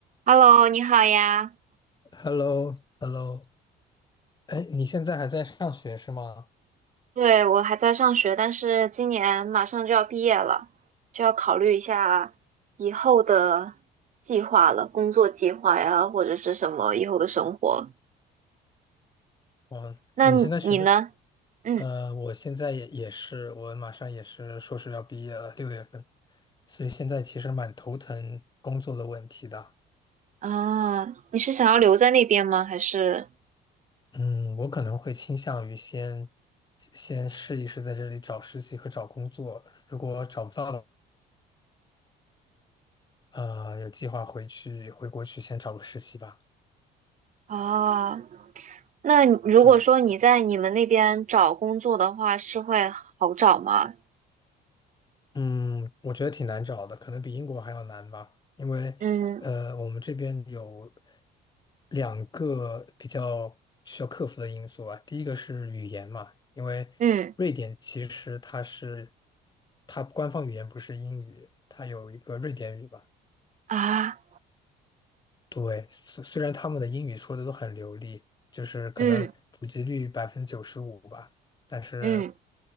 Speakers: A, on the right; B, on the left.
A: Hello，你好呀。
B: h e l l o h e l l o 哎，你现在还在上学是吗？
A: 对，我还在上学，但是今年马上就要毕业了，就要考虑一下以后的计划了，工作计划呀，或者是什么以后的生活。
B: 嗯，
A: 那你呢？
B: 哎你现在学的，
A: 嗯，
B: 呃，我现在也也是，我马上也是硕士要毕业了，六月份，所以现在其实蛮头疼工作的问题的。
A: 啊，你是想要留在那边吗？还是
B: 嗯，我可能会倾向于先先试一试在这里找实习和找工作，如果找不到的，呃，有计划回去回国去先找个实习吧。
A: 啊？那如果说你在你们那边找工作的话，
B: 对。
A: 是会好找吗？
B: 嗯，我觉得挺难找的，可能比英国还要难吧，因为呃，
A: 嗯
B: 我们这边有两个比较需要克服的因素啊。第一个是语言嘛，因为瑞典其实它是
A: 嗯
B: 它官方语言不是英语，它有一个瑞典语吧。
A: 啊
B: 对，虽虽然他们的英语说的都很流利，就是可能普及率百分之九十五吧，
A: 嗯
B: 但是
A: 嗯。